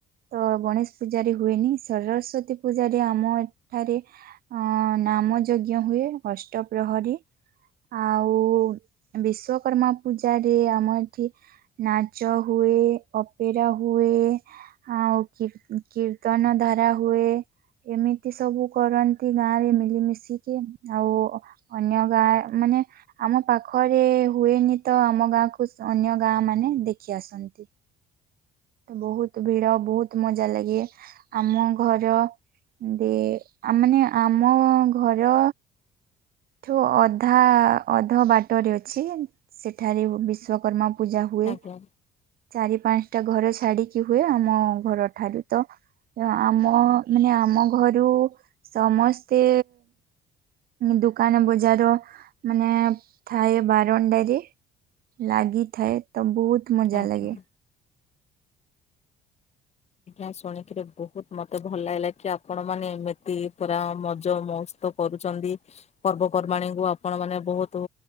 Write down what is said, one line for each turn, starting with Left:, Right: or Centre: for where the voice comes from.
Right: ତ ଗଣେଶ ପୂଜାରେ ହୁଏନି ସରସ୍ଵତୀ ପୂଜାରେ ଆମ ଏଠାରେ ହଁ ନାମ ଯଜ୍ଞ ହୁଏ ଅଷ୍ଟ ପ୍ରହରୀ। ଆଉ ବିଶ୍ଵକର୍ମା ପୂଜା ରେ ଆମ ଏଠି ନାଚ ହୁଏ, ଅପେରା ହୁଏ ଆଉ କି କୀର୍ତ୍ତନ ଧରା ହୁଏ। ଏମିତି ସବୁ କରନ୍ତି ଗାଁ ରେ ମିଳିମିଶିକି ଆଉ ଅନ୍ୟ ଗାଁ ମାନେ ଆମ ପାଖରେ ହୁଏନି ତ ଆମ ଗାଁକୁ ଅନ୍ୟ ଗାଁ ମାନେ ଦେଖି ଆସନ୍ତି। ବହୁତ ଭିଡ଼ ବହୁତ ମଜା ଲାଗେ। ଆମ ଘର ଦେ ମାନେ ଆମ ଘର ଠୁ ଅଧା, ଅଧ ବାଟରେ ଅଛି ସେଠାରେ ବିଶ୍ଵକର୍ମା ପୂଜା ହୁଏ
Left: ଆଜ୍ଞା।
Right: ଚାରି ପାଞ୍ଚଟା ଘର ଛାଡି଼କି ହୁଏ ଆମ ଘର। ଠାରୁ ତ ଆମ ମାନେ ଆମ ଘରୁ ସମସ୍ତେ ଦୋକାନ ବଜାର ମାନେ ଥାଏ ବାରଣ୍ଡାରେ। ଲାଗିଥାଏ ତ ବହୁତ ମଜା
Left: ଆଜ୍ଞା।
Right: ଲାଗେ।
Left: ଆ ଶୁଣିକିରି ବହୁତ ମତେ ଭଲ ଲାଗିଲା କି ଆପଣ ମାନେ ଏମିତି ପୁରା ମଜ ମଉସ୍ ତ କରୁଛନ୍ତି। ପର୍ବପର୍ବାଣି ଙ୍କୁ ଆପଣ ମାନେ ବହୁତ